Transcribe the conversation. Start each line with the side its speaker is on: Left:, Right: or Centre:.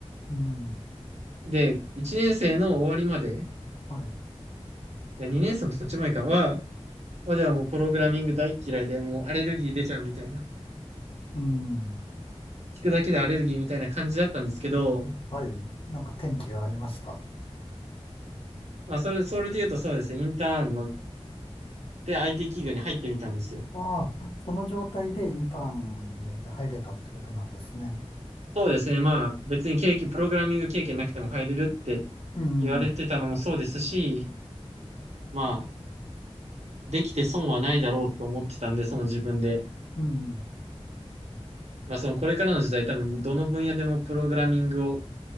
Left: うん、
Right: で、1年生の終わりまで、
Left: はい。
Right: いや、2年生の途中前かは、まではもうプログラミング大嫌いで、もうアレルギー出ちゃうみたいな、
Left: うん。
Right: 聞くだけでアレルギーみたいな感じだったんですけど、
Left: はい。なんか転機がありました。
Right: まあ、それ、それで言うとそうですね、インターンの、で IT 企業に入ってみたんですよ。
Left: ああ、その状態でインターンに入れたってことなんですね。
Right: そうですね、まあ、別に経験、プログラミング経験なくても入れるって
Left: うん。
Right: 言われてたのもそうですし、
Left: うん。
Right: まあ、できて損はないだろうと思ってたんで、その自分で。
Left: うん。
Right: まあ、そのこれからの時代、多分どの分野でもプログラミングを